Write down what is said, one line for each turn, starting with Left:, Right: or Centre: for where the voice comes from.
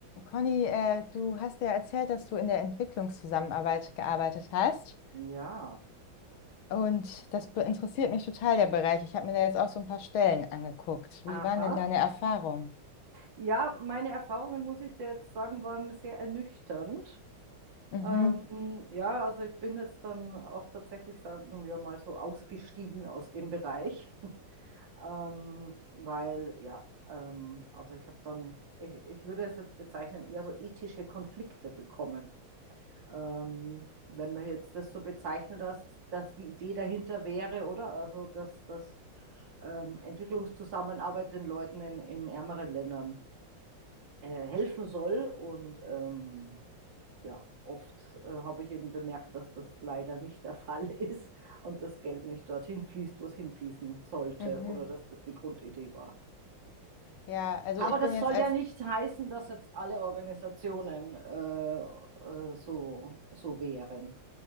Left: Conny, äh, du hast ja erzählt, dass du in der Entwicklungszusammenarbeit gearbeitet hast.
Right: Ja,
Left: Und das be- interessiert mich total, der Bereich. Ich habe mir da jetzt auch so ein paar Stellen angeguckt.
Right: aha.
Left: Wie waren denn deine Erfahrungen?
Right: Ja, meine Erfahrungen, muss ich dir jetzt sagen, waren sehr ernüchternd.
Left: Mhm,
Right: Ähm, ja, also ich bin jetzt dann auch tatsächlich, sagen wir mal so, ausgestiegen aus dem Bereich, <laughs> ähm, weil ja, ähm, also ich habe dann, ich, ich würde es jetzt bezeichnen, eher so ethische Konflikte bekommen. Ähm, wenn man jetzt das so bezeichnet, dass, dass die Idee dahinter wäre, oder? Also, dass, dass ähm, Entwicklungszusammenarbeit den Leuten in, in ärmeren Ländern äh, helfen soll. Und ähm, ja, oft äh, habe ich eben bemerkt, dass das leider nicht der <laughs> Fall ist und das Geld nicht dorthin fließt, wo es hinfließen sollte,
Left: mhm.
Right: oder dass das die Grundidee war.
Left: Ja, also
Right: Aber
Left: ich
Right: das
Left: bin jetzt
Right: soll
Left: als...
Right: ja nicht heißen, dass jetzt alle Organisationen äh, äh, so, so wären.